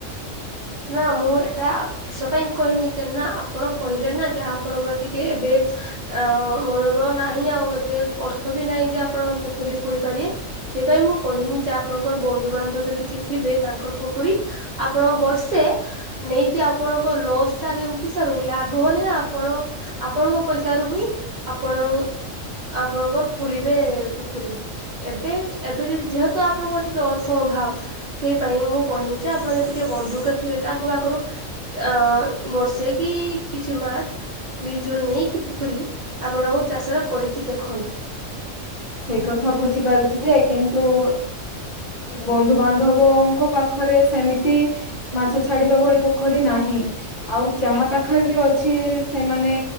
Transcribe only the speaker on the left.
ସେଇ କଥା ବୁଝିପାରୁଚି ଯେ କିନ୍ତୁ ବନ୍ଧୁ ବାନ୍ଧବଙ୍କ ପାଖରେ ସେମିତି ମାଛ ଛାଡିବା ଭଳି ପୋଖରୀ ନାହିଁ। ଆଉ ଯାହା ପାଖରେ ବି ଅଛି ସେମାନେ